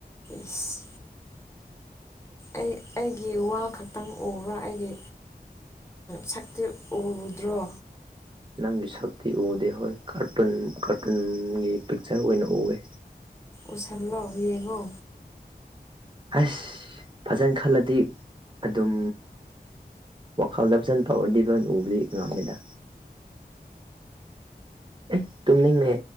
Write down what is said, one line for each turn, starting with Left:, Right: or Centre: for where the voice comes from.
Left: ꯏꯁꯁ ꯑꯩ ꯑꯩꯒꯤ ꯋꯥ ꯈꯛꯇꯪ ꯎꯕ꯭ꯔꯥ ꯑꯩꯒꯤ ꯁꯛꯇꯤ ꯎꯗ꯭ꯔꯣ
Right: ꯅꯪꯒꯤ ꯁꯛꯇꯤ ꯎꯗꯦ ꯍꯣꯏ ꯀꯥꯔꯇꯨꯟ ꯀꯥꯔꯇꯨꯟꯒꯤ ꯄꯤꯛꯆꯔ ꯑꯣꯏꯅ ꯎꯋꯦ
Left: ꯎꯁꯟꯂꯣꯑꯣ ꯌꯦꯡꯉꯣ
Right: ꯑꯁ ꯐꯖꯅ ꯈꯜꯂꯗꯤ ꯑꯗꯨꯝ ꯋꯥꯈꯜꯗ ꯐꯖꯅ ꯇꯧꯔꯗꯤ ꯂꯣꯏꯅ ꯎꯕꯗꯤ ꯉꯝꯃꯤꯗ ꯑꯦ ꯇꯨꯝꯅꯤꯡꯉ